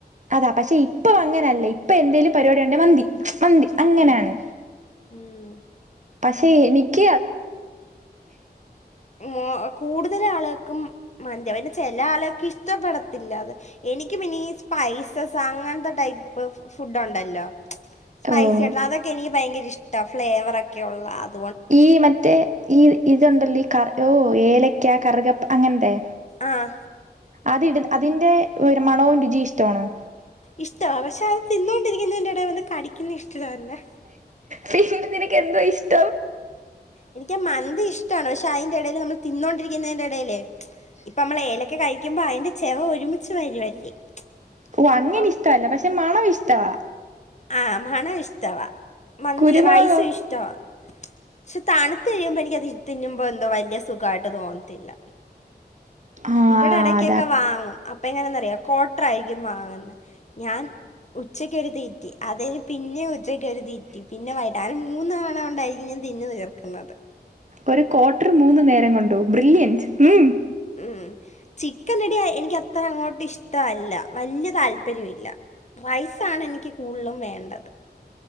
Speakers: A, on the right; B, on the left.
A: അതാ പക്ഷെ ഇപ്പൊ അങ്ങനെയല്ല ഇപ്പ എന്തേങ്കിലും പരിപാടി ഉണ്ടേ മന്തി.. മന്തി അങ്ങനാണ്.
B: അതെ അങ്ങനെ ഉം ഉം..
A: പക്ഷേ എനിക്ക്.
B: മൊ കൂടുതൽ ആളുകക്കും.. മന്തി അഹ് പിന്നെ ചില ആൾകൾക്ക് ഇഷ്ടപ്പെടത്തില്ല അത്.. എനിക്ക് പിന്നീ സ്പൈസസ് അങ്ങനത്തെ ടൈപ്പ് ഫുഡുണ്ടല്ലോ.. സ്പൈസി
A: ഓഹ്
B: ആയിട്ടുള്ള അതൊക്കെ എനിക്ക്‌ ഭയങ്കര ഇഷ്ട്ടാ ഫ്ലേവറൊ ഒക്കെ ഉള്ള അത്..
A: ഈ മറ്റേ ഈ ഇതുണ്ടല്ലോ ഈകാ ഓ ഏലക്ക കറുകപ്പ അങ്ങനന്ത..
B: ആഹ്.
A: അത് ഇഡ് അതിന്റെ ഒരു മണവും രുചി ഇഷ്ടമാണോ..
B: ഇഷ്ട പക്ഷെ അത് തിന്നോണ്ടിരിക്കുന്ന തിന്റെ ഇടെൽ വന്ന് കടിക്കുന്ന ഇഷ്ടല്ലേ..
A: പിന്നെ നിനക്ക്ന്തോ ഇഷ്ടം..
B: എനിക്ക് മന്തി ഇഷ്ടണ് പക്ഷെ അതിന്റെ ഇടയിൽ നമ്മൾ തിന്നൊണ്ടിരിക്കുന്നതിന്റെ എടെ ല്ലേ ഇപ്പ നമ്മൾ ഏലക്കെ കഴിക്കുമ്പോ അതിന്റെ ചെവ ഒരുമിച്ച് വരുവല്ലേ
A: ഓ അങ്ങനെ
B: അപ്പം
A: ഇഷ്ടമല്ല പക്ഷെ മണം ഇഷ്ടവാ..
B: ആഹ് മണ ഇഷ്ടവാ മന്തി
A: കുരുമുളകോ
B: റൈസും ഇഷ്ടവാ പക്ഷെ തണുത്ത് കഴിയുമ്പോ എനക്ക് അത് തിന്നുമ്പോ എന്തോ വലിയ സുഖമായിട്ട് തോന്നത്തില്ല
A: ആഹ്
B: ഇവിടെ എടക്കൊക്കെ
A: അതാ
B: വാങ്ങും അപ്പ എങ്ങനെയന്നറിയോ ക്വാട്ടർ ആയിരിക്കും വാങ്ങുന്ന ഞാൻ ഉച്ചക്കരുതിറ്റി അതികഴിന് പിന്നേം ഉച്ചക്കരുതിറ്റി പിന്നെ വൈകിട്ട് അങ്ങനെ മൂന്നവണ കൊണ്ടായിരിക്കും ഞാൻ തിന്നു തീർക്കുന്നത്
A: ഒരു ക്വാർട്ടർ മൂന്ന് നേരം കൊണ്ടോ ബ്രില്ലയൻറ് ഉം
B: ഉം ചിക്കൻ റെഡിയ എനിക്ക് അത്ര അങ്ങോട്ടും ഇഷ്ടല്ല വലിയ താല്പര്യല്ല റയ്സ്സാണ് എനിക്ക് കൂടുലും വേണ്ടത്